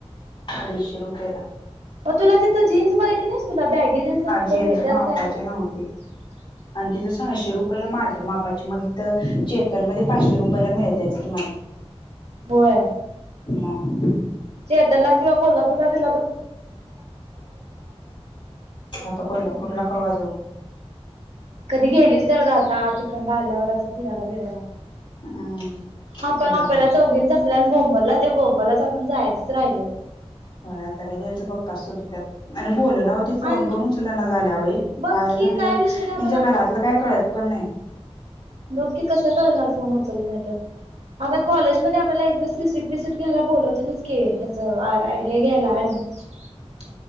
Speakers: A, on the left; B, on the right.
A: अडीचशे रुपये
B: <unintelligible>
A: जेन्स मापाची नव्हती आणि तिथं
B: काय
A: सहाशे
B: नव्हच
A: रुपयाला माझ्या मापाची मग तर चेतन मध्ये पाचशे रुपयाला मिळतच की मला
B: होय
A: मग
B: चैतनला किंवा कोल्हापूरला बी
A: आता कोल्हापूरला
B: <inaudible>
A: कवा जाऊ
B: कधी गेलीच तर ग आता तिखंड आल्यावर असं फिरायला बिरायला
A: हम्म
B: आपण
A: होय
B: आपल्याला चौघीचा आपल्यान बोम्बरलाच ते व्बलाच आपण जायचच राहिल
A: हो आता काय त्यांचा पप्पा सुटतात आणि बोललं ना त फोन
B: आणि
A: पण उचल ना झाल्या
B: बघ
A: काय
B: की
A: झाले त्यांच्या
B: विषय काय
A: घरातलं काय कळत पण नाही
B: बघ‌की कसा करणार फोन उचलली नाही तर आता कॉलेज मध्ये आपल्याला एक दिवस रिसिट बिसिट घ्यायला बोलवतीलच की ह्याचं आ हे घ्यायला अ‍ॅड <unintelligible>